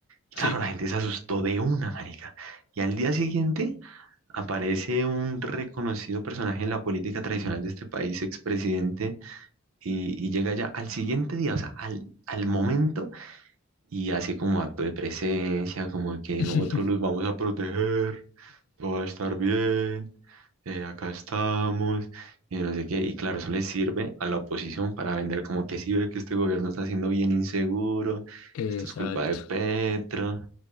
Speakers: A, on the right; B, on the left.
A: Y
B: Sí.
A: claro, la gente se asustó de una, marica. Y al día siguiente Aparece un reconocido personaje en la política tradicional de este país, expresidente, y, y llega ya al siguiente día, o sea, al, al momento, y hace como acto de presencia, como que
B: <laughs>
A: nosotros los vamos a proteger, todo va a estar bien, eh, acá estamos, y no sé qué. Y claro, eso le sirve a la oposición para vender como que sí ve que este gobierno está siendo bien inseguro,
B: Exacto.
A: esto es culpa de Petro.